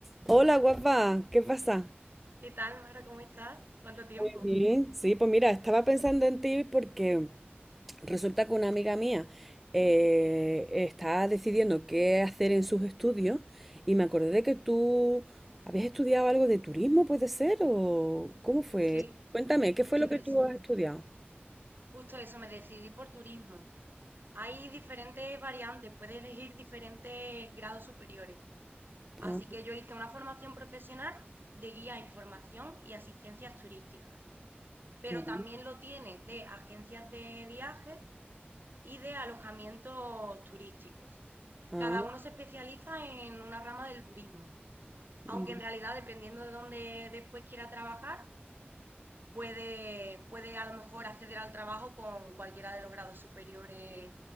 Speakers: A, in the centre; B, on the right.
A: Hola, guapa, ¿qué pasa?
B: ¿Qué tal, Mara? ¿Cómo estás? ¿Cuánto tiempo?
A: Muy bien. Sí, pues mira, estaba pensando en ti porque resulta que una amiga mía eh, está decidiendo qué hacer en sus estudios y me acordé de que tú habías estudiado algo de turismo, ¿puede ser? ¿O cómo fue?
B: Sí,
A: Cuéntame,
B: justo
A: ¿qué fue lo
B: eso.
A: que tú has estudiado?
B: Justo eso, me decidí por turismo. Hay diferentes variantes, puedes elegir diferentes grados superiores. Así
A: Ah,
B: que yo hice una formación profesional de guía, información y asistencias turísticas. Pero
A: ah,
B: también lo tienes de agencias de viajes y de alojamientos turísticos.
A: ah,
B: Cada uno se especializa en una rama del turismo. Aunque
A: mm,
B: en realidad, dependiendo de dónde después quiera trabajar, puede, puede a lo mejor acceder al trabajo con cualquiera de los grados superiores